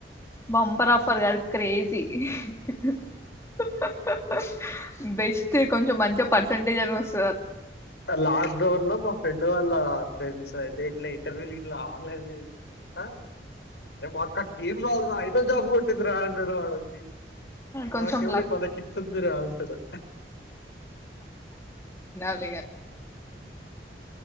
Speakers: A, on the left; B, on the left.
A: bumper offer కాదు క్రేజీ <unintelligible> బెస్ట్ కొంచెం మంచిగా పర్సెంటేజ్ అని వస్తు
B: లాక్ డౌన్ లో మా ఫ్రెండ్ వాళ్ళ ఫెండ్స్ అదే ఇట్లా ఇంటర్వ్యూలు ఇట్లా ఆన్లైన్ లే ఆ అరే మా అక్కకి ఏం రాదు రా ఐ వద్ద మూడ్ పట్టింది రాలంటాడు వాడొచ్చి
A: కొంచెం
B: మాకేమ
A: లక్
B: మనకిట్ంది రాలంటాడు
A: చగా